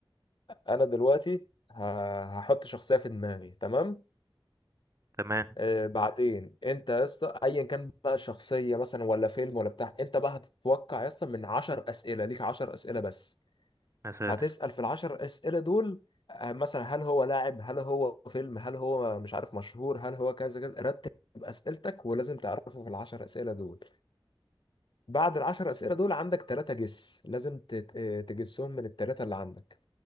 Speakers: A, on the left; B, on the right.
A: أنا دلوقتي ه- هحط شخصية في دماغي تمام
B: تمام
A: آه، بعدين انت يا اسطى ايا كان بقى شخصيه مثلا ولا فيلم ولا بتاع انت بقى هتتوقع يا اسطى من 10 اسئله ليك 10 اسئله بس
B: يا ساتر
A: هتسال في ال 10 اسئله دول آه، مثلا هل هو لاعب هل هو فيلم هل هو مش عارف مشهور هل هو كذا كذا رتب اسئلتك ولازم تعرفه في ال 10 اسئله دول بعد ال 10 اسئله دول عندك ثلاثه جس لازم تت- آه، تجسهم من الثلاثه اللي عندك